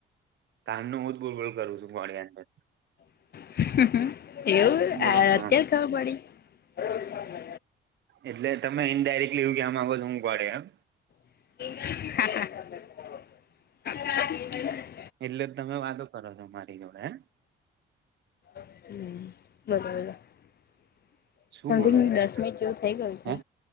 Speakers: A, on the right; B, on the left.
A: કાર નો હું જ બૂલબોલ કરું છું ગોડીયા ની જેમ
B: એવું અત્યારે
A: બોલો
B: ખબર
A: હા
B: પડી.
A: એટલે તમે ઇન્ડાયરેક્ટલી એવું કહેવા માંગો છો કે હું ગોડી એમ
B: <inaudible>
A: એટલે તમે વાતો કરો છો મારી જોડે હે
B: હમમ <unintelligible>
A: શું
B: સમથિંગ
A: બોલો યાર
B: દસ મિનિટ જેવું થઇ ગયું છે.
A: હે